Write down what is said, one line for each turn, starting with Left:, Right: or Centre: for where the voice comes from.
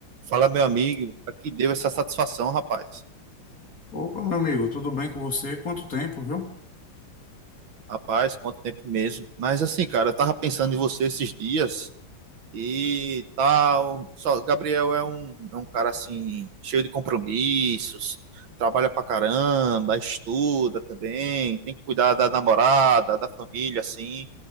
Right: Fala, meu amigo, pra que deu essa satisfação, rapaz?
Left: Opa, meu amigo, tudo bem com você? Quanto tempo, viu?
Right: Rapaz, quanto tempo mesmo. Mas assim, cara, eu tava pensando em você esses dias e tal. Só, Gabriel é um, é um cara assim, cheio de compromissos, trabalha pra caramba, estuda também, tem que cuidar da namorada, da família, assim.